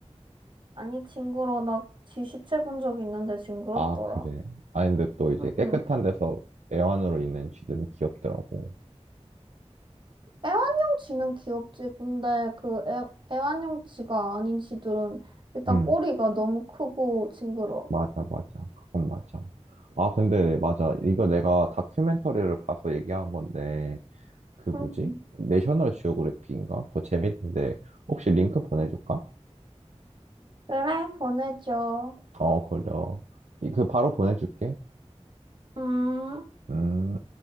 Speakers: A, on the right; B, on the right.
A: 아니 징그러워 나 지 시체 본 적 있는데 징그럽더라
B: 아, 그래. 아, 근데 또 이제 깨끗한
A: 응응
B: 데서 애완으로 있는 쥐들은 귀엽더라고.
A: 애완용 쥐는 귀엽지. 근데 그 애, 애완용 쥐가 아닌 쥐들은 일단
B: 음,
A: 꼬리가 너무 크고 징그러워.
B: 맞아, 맞아. 그건 맞아. 아, 근데 맞아. 이거 내가 다큐멘터리를 봐서 얘기한 건데, 그 뭐지?
A: 음,
B: 내셔널 지오그래피인가? 그거 재밌는데, 혹시 링크 보내줄까?
A: 그래, 보내줘.
B: 어, 그래. 이- 그 바로 보내줄게.
A: 음.
B: 음.